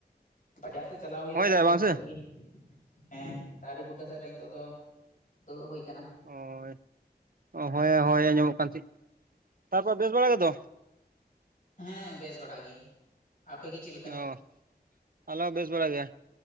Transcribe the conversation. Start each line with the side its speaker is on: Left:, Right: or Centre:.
Left: ᱵᱟᱡᱟᱨ ᱥᱮᱫ ᱪᱟᱞᱟᱣ ᱦᱩᱭ
Right: ᱦᱚᱭ
Left: ᱞᱮᱱᱟ
Right: ᱫᱟᱭ
Left: ᱟᱫᱚ
Right: ᱵᱟᱝ
Left: ᱱᱤᱛᱚᱜ
Right: ᱥᱮ
Left: ᱜᱮᱼᱼ ᱦᱮᱸ ᱫᱟᱨᱮ ᱵᱩᱴᱟᱹ ᱥᱮᱫ ᱨᱮ ᱱᱤᱛᱚᱜ ᱫᱚ ᱫᱩᱲᱩᱵ ᱦᱩᱭ ᱠᱟᱱᱟ ᱾
Right: ᱦᱚᱭ, ᱦᱚᱭ ᱦᱚᱭ ᱟᱸᱡᱚᱢᱚᱜ ᱠᱟᱱ ᱪᱮᱫ, ᱛᱟᱨᱯᱚᱨᱮ ᱵᱮᱥ ᱵᱟᱲᱟ ᱜᱮᱫᱚ?
Left: ᱦᱮᱸ ᱵᱮᱥ ᱵᱟᱲᱟ ᱜᱮ ᱾ ᱟᱯᱮ ᱜᱮ ᱪᱮᱫ ᱞᱮᱠ
Right: ᱚ ᱟᱞᱮ ᱦᱚᱸ ᱵᱮᱥ ᱵᱟᱲ ᱜᱮ᱾